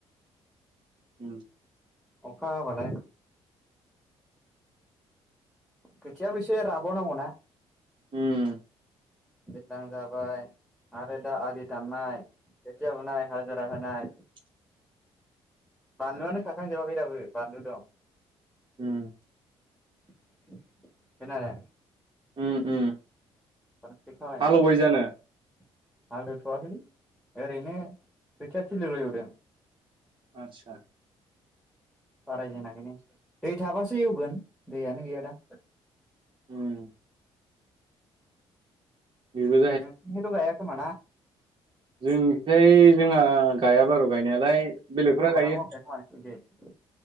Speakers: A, on the right; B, in the centre.
A: उ
B: अखा हा बालाय। खोथियाबो एसे राबावनांगौना।
A: ओम
B: दैज्लां जाबाय आरो दा आलि दाननाय। खोथिया बुनाय हाजिरा होनाय
A: <inaudible>
B: बानलुआनो खाखांजोबाखै दाबो बानलु दं।
A: उम
B: <unintelligible>
A: उम उम
B: <unintelligible>
A: हालौबाय जानो
B: हालौ थाआखैलै ओरैनो खोथिया थिलि'ल एवदों।
A: आतसा।
B: बारायजेनाखैनो दै थाबासो एवगोन दैयानो गैया दा।
A: ओम। बेबो
B: नोंसिनिथिं थ गायाखोमा ना?
A: जोंनि खिजाया जोंहा गायाबारू गायनायालाय। बेलेगफोरा
B: आबादानो
A: गायो
B: मावखाया खोमा नोंसिनिखै